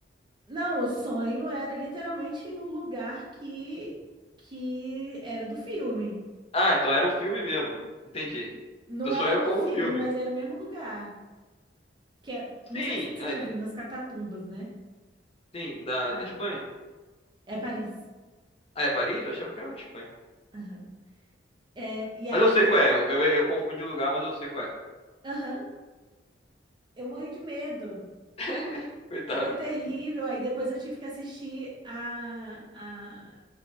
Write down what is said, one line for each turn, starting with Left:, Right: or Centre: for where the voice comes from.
Right: Não, o sonho era literalmente o lugar que que era do filme.
Left: Ah, então era o filme mesmo. Entendi.
Right: Não
Left: Tu sonhou
Right: era o
Left: com
Right: filme,
Left: o filme.
Right: mas era o mesmo lugar. Que é, não
Left: Sim,
Right: sei se você
Left: ah,
Right: já
Left: entendi.
Right: viu, nas Catatumbas, né?
Left: Sim, da,
Right: De Paris.
Left: na Espanha?
Right: É Paris.
Left: Ah, é Paris? Eu achava que era na Espanha.
Right: Aham. É, e aí
Left: Mas eu sei qual
Right: eu,
Left: é. Eu, eu, eu confundi o lugar, mas eu sei qual é.
Right: aham, eu morri de medo.
Left: <laughs> Coitado.
Right: Foi terrível. Aí depois eu tive que assistir a, a,